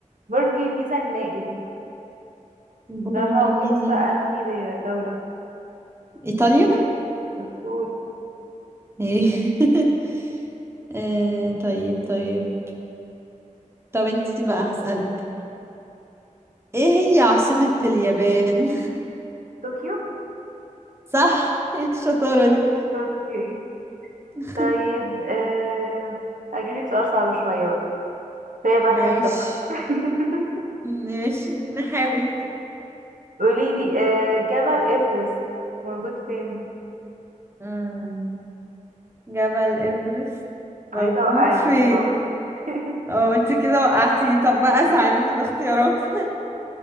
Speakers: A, on the right; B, on the right.
A: برج بيزا المائل
B: برج
A: ده موجود
B: بيزا
A: في أنهي دولة؟
B: ايطاليا
A: دكتور
B: ايه <laughs> آه طيب طيب طب انت بقى هسألك ايه هي عاصمة اليابان
A: طوكيو؟
B: <laughs> صح ايه الشطارة دي
A: اوكي
B: <laughs>
A: طيب آم، هجيبلك سؤال صعب شوية بقى فيها بقى
B: ماشي
A: حاجة تافهة <laughs>
B: ماشي نحاول
A: قوليلي آه، جبل إيفرست موجود فين؟
B: مم. جبل ايفرست موجود
A: عايزة أوقعك
B: فين
A: بصراحة <laughs>
B: اه انت كده وقعتيني طب بقى ساعديني باختيارات <laughs>